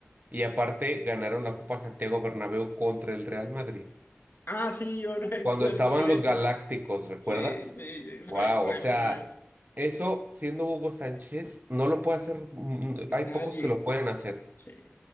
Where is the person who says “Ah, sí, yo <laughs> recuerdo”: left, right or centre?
Left